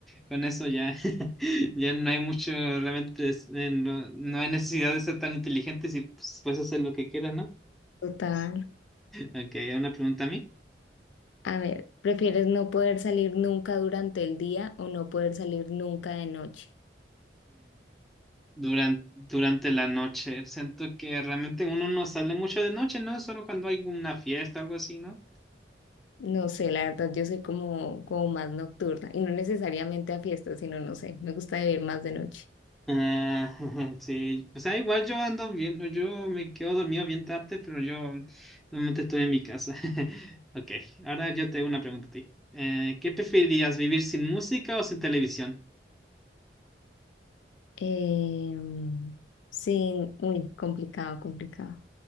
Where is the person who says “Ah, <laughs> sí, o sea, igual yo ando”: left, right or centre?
Centre